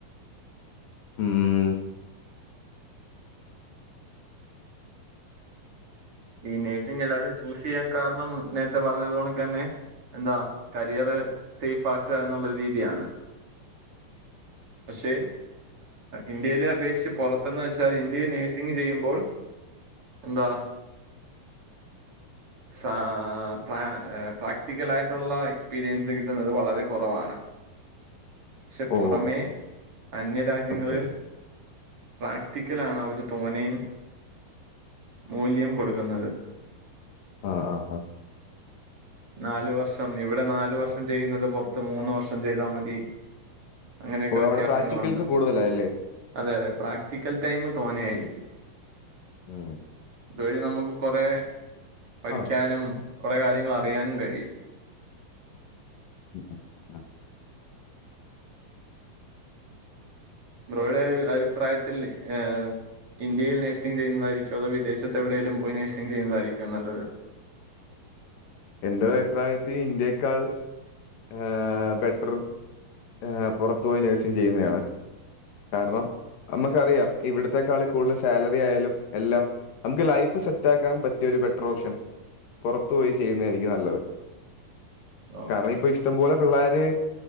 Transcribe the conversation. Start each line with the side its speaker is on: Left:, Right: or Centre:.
Left: ഉം.
Right: ഈ നഴ്സിംഗ്എല്ലാവരും ചൂസ് ചെയ്യാൻ കാരണം നേരത്തെ പറഞ്ഞപോണക്ക്തന്നെ എന്താ കരിയറ് സേഫ് ആക്കുക എന്നുള്ള ഒരു രീതിയാണ്. പക്ഷേ ഇന്ത്യയില് അപേക്ഷിച്ച് പുറത്തെന്ന് വെച്ചാൽ ഇന്ത്യയിൽ നേഴ്സിങ് ചെയ്യുമ്പോൾ എന്താ- സാ പ്ര പ്രാക്ടിക്കലായിട്ടുള്ള എക്സ്പീരിയൻസ് കിട്ടുന്നത് വളരെ കുറവാണ്. ക്ഷെ പുറമേ
Left: ഓ
Right: അന്യരാജ്യങ്ങലിൽ
Left: ഓക്കെ
Right: പ്രാക്ടിക്കലാണ് അവർ തോനെ മൂല്യം കൊടുക്കുന്നത്
Left: ആഹ് ആഹ്
Right: നാല് വർഷം ഇവിടെ നാലു വർഷം ചെയ്യുന്നത് പുറത്ത് മൂന്ന് വർഷം ചെയ്താ മതി അങ്ങനെയൊക്കെ
Left: ഓ
Right: വ്യത്യാസങ്ങളുണ്ട്
Left: അവിടെ പ്രാക്ടിക്കൽസ് കൂടുതലായല്ലേ
Right: അതെ അതെ പ്രാക്ടിക്കൽ ടൈം തോനെയായിരിക്കും
Left: മ്മ്ഹ്
Right: ഇതുവഴി നമുക്ക് കുറേ പഠിക്കാനും
Left: ആ
Right: കുറേ കാര്യങ്ങൾ അറിയാനും കഴിയും
Left: <inaudible>
Right: ബ്രോയ്ടെ അഭിപ്രായത്തിൽ ഏഹ് ഇന്ത്യയിൽ നഴ്സിംഗ് ചെയ്യുന്നതായിരിക്കൊ അതോ വിദേശത്തെ എവിടേലും പോയി നഴ്സിങ് ചെയുന്നതാരിക്കോ നല്ലത്
Left: എന്റൊരു അഭിപ്രായത്തി ഇന്ത്യേക്കാൾ ഏഹ് ബെറ്റർ ഏഹ് പുറത്തു പോയി നഴ്സിംഗ് ചെയ്യുന്നതാണ് കാരണം നമുക്കറിയാം ഇവിടത്തെക്കാൾ കൂടുതൽ സാലറിയായാലും എല്ലാം നമുക്ക് ലൈഫ് സെറ്റാക്കാൻ പറ്റിയ ഒരു ബെറ്റർ ഓപ്ഷൻ പുറത്തു പോയി ചെയ്യുന്നാരിക്കും നല്ലത്
Right: ഓക്കെ
Left: കാരണം ഇപ്പൊ ഇഷ്ടം പോലെ പിള്ളാര്